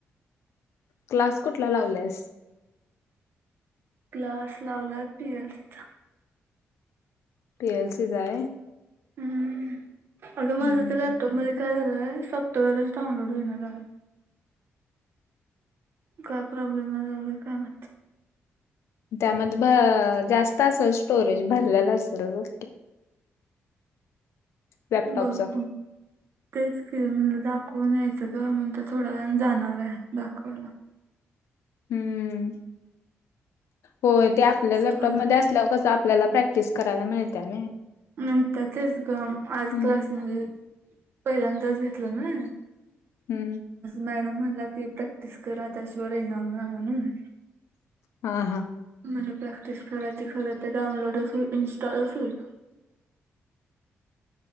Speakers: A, on the left; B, on the right.
A: क्लास कुठला लावल्यास.
B: ग्लास लावला पीएल सीचा.
A: पी एल सी जाय.
B: हम् अगं
A: हम्म
B: माझं तर लॅपटॉप मध्ये काय झालंय सॉफ्टवेअरच डाउनलोड होईना काल. काय प्रॉब्लेम नाही झाला काय म.
A: त्यामध्ये जास्त असेल स्टोरेज भरलेला असेल. लॅपटॉपचा
B: ब <inaudible> तेच फिल् म्हणला दाखवून यायचं ग म्हणून तर थोडा जण जाणार आहे दाखवायला.
A: हम्म हो ते आपल्या लॅपटॉपमध्ये
B: स्टोरेज
A: असल्यावर कस आपल्याला प्रॅक्टिस करायला मिळते ना.
B: नता तेच ग आज
A: हम्म
B: क्लासमध्येध्ये पहिल्यांदाच घेतलं ना.
A: हम्म.
B: मॅडम म्हणला की प्रॅक्टिस करा त्याच्यावर येणार ना म्हणून.
A: हा हा.
B: म्हला प्रॅक्टिस करायची खरं तर डाउनलोड असल इन्स्टॉल होईना.